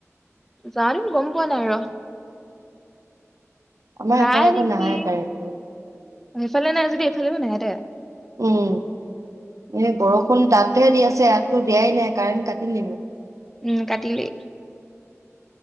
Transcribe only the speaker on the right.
আমাৰ
এফালে একো
নাহে কাৰণটো।
উম এই বৰষুণ তাতহে দি আছে ইয়াততো দিয়াই নাই, কাৰেণ্ট কাটিলেই।